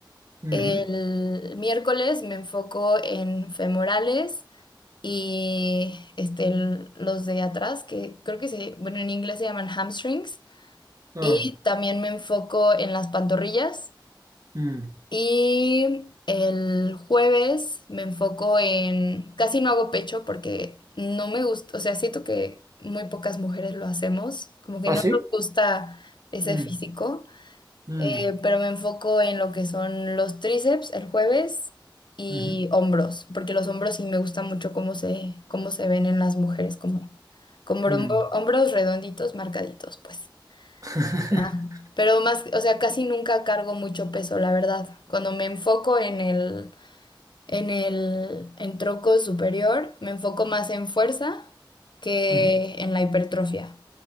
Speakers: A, on the right (about 45°); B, on the left (about 70°).
A: ujú.
B: El miércoles me enfoco en femorales y este, el- los de atrás, que creo que se, bueno, en inglés se llaman hamstrings,
A: Ah,
B: y también me enfoco en las pantorrillas,
A: mm.
B: y el jueves me enfoco en, casi no hago pecho porque no me gusta, o sea, siento que muy pocas mujeres lo hacemos, como que
A: ¿Ah,
B: no
A: sí?
B: nos gusta ese
A: Mm,
B: físico
A: mm,
B: eh, pero me enfoco en lo que son los tríceps el jueves y
A: ujú,
B: hombros, porque los hombros sí me gusta mucho cómo se, cómo se ven en las mujeres, como, como
A: mm.
B: hombro- hombros redonditos, marcaditos, pues.
A: <laughs>
B: Ajá. Pero más, o sea, casi nunca cargo mucho peso, la verdad. Cuando me enfoco en el, en el, en tronco superior, me enfoco más en fuerza que
A: Ujú,
B: en la hipertrofia,